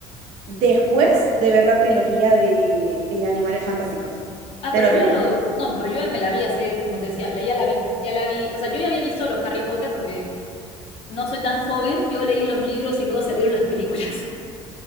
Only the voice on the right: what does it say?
después de ver la trilogía de eh, Animales Fantásticos.
Te
lo
recomiendo.